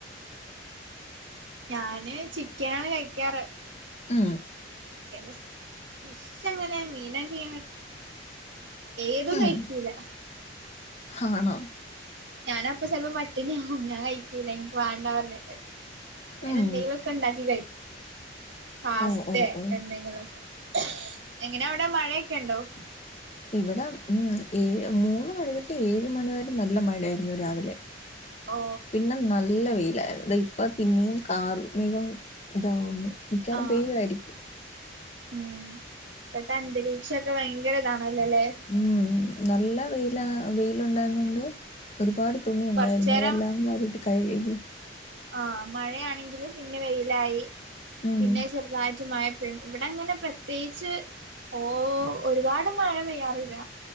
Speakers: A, on the right; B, on the left.
A: ഞാന് ചിക്കനാണ് കഴിക്കാറ്
B: ആ
A: <unintelligible> ഫിഷ് എങ്ങനെ മീന ക്കെ എ ഏതും
B: ഉം
A: കഴിക്കൂല
B: ആണോ
A: ഞാന് അപ്പ ചെലപ്പ പട്ടിണിയാവും ഞാൻ കഴിക്കൂല ഇൻക്ക് വേണ്ടാർ ഞ്ഞിട്ട് വേറെ
B: ഉം
A: എന്തെങ്കിലൊക്കെ ഇണ്ടാക്കി പാസ്ത്തെ
B: ഓ ഓ ഓ
A: എന്തെങ്കിലൊക്കെ എങ്ങനെ അവടെ മഴയൊക്കെ ഇണ്ടോ
B: ഇവിട ഉം ഏഴ് മൂന്ന് മണി തൊട്ട് ഏഴ് മണിവ വരെ നല്ല മഴയായിരുന്നു രാവിലെ
A: ഓ
B: പിന്നെ നല്ല വെയി ല്ലായിര്ന്നു ഇപ്പ പിന്നിം കാർമേഘം ഇതാവുന്നു മിക്കാറും
A: ആഹ്
B: പെയ്യു ആയിരിക്കും
A: ഉം ഇപ്പത്തെ അന്തരീക്ഷക്കെ വയ ങ്കരതാ അല്ലലെ
B: ഉം നല്ല വെയില വെയില് ഉണ്ടായിരുന്നോണ്ട് തുണി ഉണ്ടായിരുന്നു
A: കൊറച്ചേരം
B: അതെല്ലാം മാറിട്ട് കഴുകി
A: ആ മഴയാണെങ്കില് പിന്നെ വെയിലായി
B: ഉം
A: പിന്നെ അഹ്‌ ചെറുതായിട്ട് മഴ ഇവിടെ അങ്ങനെ പ്രത്യേകിച്ച് ഓ ഒരുപാട് മഴ പെയ്യാറില്ല.